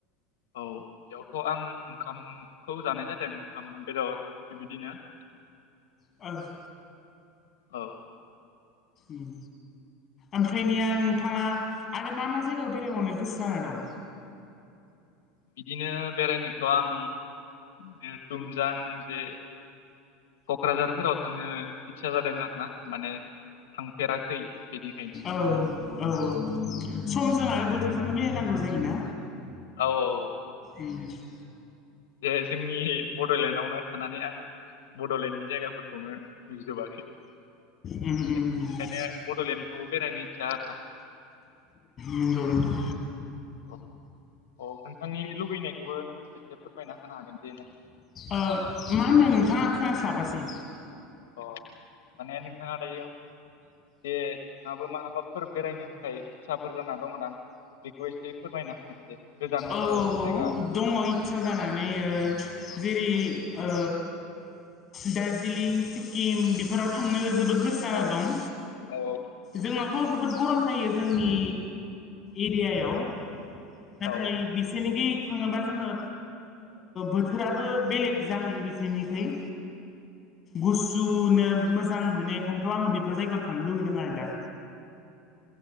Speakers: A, on the left; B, on the left.
A: औ बेयावथ' आं ओंखामखौ जानाय जादों। ओंखाम बेदर बिदिनो। <unintelligible>
B: औ।
A: औ।
B: उम। ओमफ्रायनिया नोंथाङा आरो मा- मा जायगायाव बेरायबावनो गोसो जाना दं?
A: बिदिनो बेरायनोथ' आं बि दुमजां जे क'क्राझारफोराव थांनो इतसा जादों आरो ना। माने थांफेराखै बेनिखायनो
B: औ औ औ सम जोंहा आरो बोथोरजोंनो मिलायनांगौ जायोना।
A: औ औ।
B: उम
A: बे जोंनि बड'लेण्डआवनो थानानै, आं बड'लेण्डनि जायगाफोरखौ <unintelligible> नुजोबाखै।
B: उम उम
A: बेखायनो बड'लेण्डखौ बेरायनो इतसा आरो ना।
B: नंगौ नंगौ।
A: औ औ, नोंथांनि लुुबैनायखौबो नों एसे फोरमायना होनो हागोन दे <unintelligible>
B: अ मा होनदों नोंथाङा आं
A: होननानै
B: खोनास्लाबासै?
A: आरो अ माने नोंथाङा दायो दे नोंहाबो माबाफोर बेरायनो थाखाय इस्साफोर जाना दंदां बे <unintelligible> एसे फोरमायना होगोन दे गोजानफोराव
B: औ औ
A: जायगा
B: औ दङ इस्सा जानानै ओ जेरै ओ दार्जिलिं, सिक्किम बेफोराव थांनो जोबोद गोसो जाना
A: औ
B: दं।
A: औ
B: जोंनाव थ' जोबोद गरम जायो जोंनि एरियायाव नाथाय
A: औ
B: बिसोरनिखि थाङनोबा जोङो बोथोराबो बेलेग जाहैयो बिसोरनिखोय गुसुनो मोजां मोनो बेखायनोथ' आङो बेफोर जायगायाव थांनो लुुबैदों आरो दा